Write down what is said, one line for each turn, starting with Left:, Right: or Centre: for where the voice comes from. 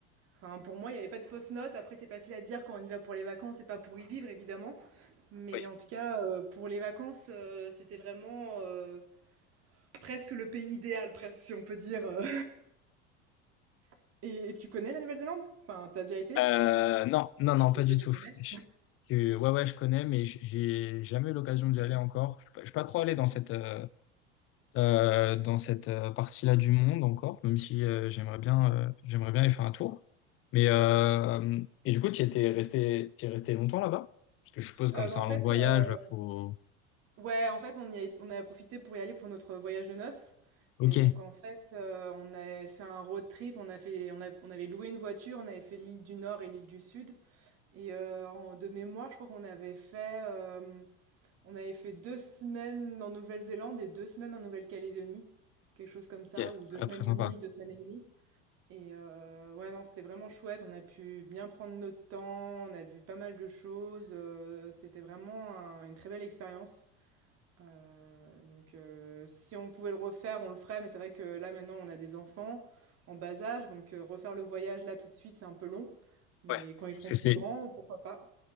Right: enfin pour moi, il n'y avait pas de fausses notes. Après, c'est facile à dire quand on y va pour les vacances et pas pour y vivre évidemment, mais
Left: Oui.
Right: en tout cas, heu, pour les vacances, heu, c'était vraiment, heu, presque le pays idéal, presque si on peut dire, heu <laughs> et et tu connais la Nouvelle-Zélande? Enfin, t'as déjà été?
Left: Euh, non, non,
Right: Je suppose
Left: non, pas du
Right: que tu
Left: tout.
Right: connais.
Left: Je- je- ouais, ouais, je connais, mais j- j'ai jamais eu l'occasion d'y aller encore. Je suis pas, je suis pas trop allé dans cette euh, euh, dans cette euh, partie-là du monde encore, même si euh, j'aimerais bien euh, j'aimerais bien y faire un tour. Mais euh, et du coup, tu étais resté, tu resté longtemps là-bas? Parce que je suppose comme
Right: Euh,
Left: c'est
Right: bah, en
Left: un
Right: fait,
Left: long voyage,
Right: euh,
Left: faut.
Right: ouais, en fait, on y a, on a profité pour y aller pour notre voyage de noces.
Left: Ok.
Right: Et donc, en fait, euh, on a fait un road trip, on a fait, on a- on avait loué une voiture, on avait fait l'île du Nord et l'île du Sud. Et euh, en- de mémoire, je crois qu'on avait fait, euh, on avait fait deux semaines en Nouvelle-Zélande et deux semaines en Nouvelle-Calédonie, quelque chose comme ça,
Left: Ok,
Right: ou deux
Left: ah,
Right: semaines
Left: très sympa.
Right: et demie, deux semaines et demie. Et heu, ouais, non, c'était vraiment chouette. On a pu bien prendre notre temps, on a vu pas mal de choses, heu, c'était vraiment un une très belle expérience. Heu, donc heu, si on pouvait le refaire, on le ferait, mais c'est vrai que là, maintenant, on a des enfants en bas âge, donc heu, refaire le voyage là, tout de suite, c'est un peu long, mais
Left: Ouais.
Right: quand ils
Left: Parce
Right: seront
Left: que
Right: plus
Left: c'est
Right: grands, pourquoi pas?